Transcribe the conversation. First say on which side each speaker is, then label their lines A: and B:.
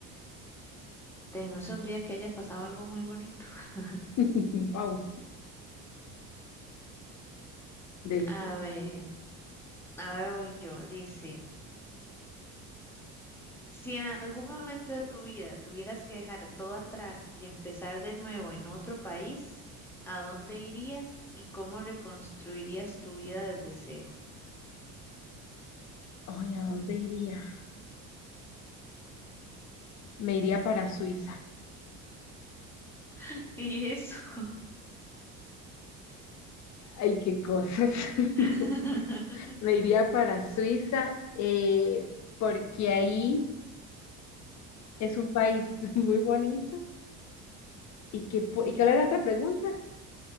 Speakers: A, in the centre; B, on the left.
A: de- no sé, un día que haya pasado algo muy bonito. <laughs>
B: <laughs> Wow. De
A: A
B: Suiza.
A: ver, a ver, hoy yo, dice, si en algún momento de tu vida tuvieras que dejar todo atrás y empezar de nuevo en otro país, ¿a dónde irías y cómo reconstruirías tu vida desde cero?
B: Ay, ¿a dónde iría? Me iría para Suiza.
A: <laughs> Y eso.
B: Ay, qué cosas. <laughs>
A: <laughs>
B: Me iría para Suiza eh, porque ahí es un país <laughs> muy bonito. ¿Y qué, pu- y cuál era la otra pregunta?